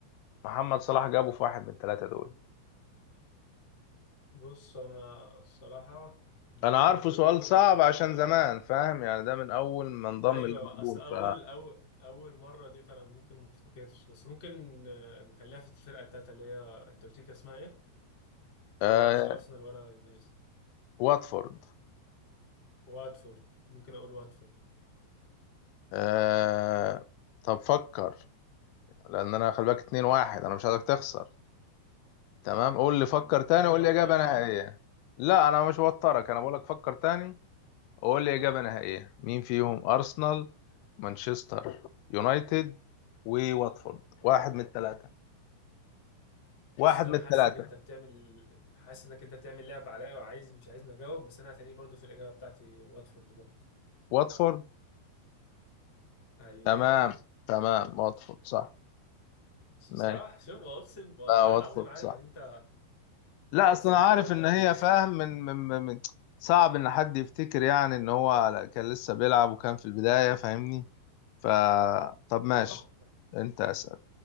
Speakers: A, on the left (about 85°); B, on the left (about 40°).
A: محمد صلاح جابه في واحد من الثلاثة دول
B: بص انا الصراحة ممكن
A: أنا عارفه
B: اقول
A: سؤال صعب
B: آه
A: عشان زمان فاهم يعني ده من أول ما انضم
B: ايوه
A: ليفربول
B: اصل اول
A: ف
B: اول اول مرة دي فانا ممكن ما افتكرش بس ممكن آه، نخليها في الفرقة التالتة اللي هي انت قلت لي كان اسمها ايه؟
A: آه
B: اللي هي مش ارسنال ولا يونايتد
A: واتفورد
B: واتفورد ممكن اقول واتفورد
A: آه طب فكر لان انا خلي بالك 2 1 انا مش عايزك تخسر تمام قول لي فكر
B: مم، انت
A: تاني
B: كده بتوترني
A: وقول لي اجابه نهائيه لا انا مش بوترك انا بقول
B: مم.
A: لك فكر تاني وقول لي اجابه نهائيه مين فيهم ارسنال مانشستر يونايتد وواتفورد
B: آه
A: واحد من الثلاثه
B: بص
A: واحد
B: انا
A: من الثلاثه
B: حاسك انت بتعمل حاسس انك انت بتعمل لعبه عليا وعايز مش عايزني اجاوب بس انا هتلاقيه برضو في الاجابه بتاعتي واتفورد برضو
A: واتفورد
B: ايوه
A: تمام تمام واتفورد صح
B: صح
A: ماشي
B: شوف اقسم والله
A: لا واتفورد
B: العظيم عارف
A: صح
B: ان انت
A: لا
B: عايز
A: اصل انا
B: توترني
A: عارف ان هي
B: كده <laughs>
A: فاهم من من من من- صعب ان حد يفتكر يعني ان هو كان لسه بيلعب وكان في البدايه فاهمني ف طب ماشي
B: فاهمك
A: انت اسأل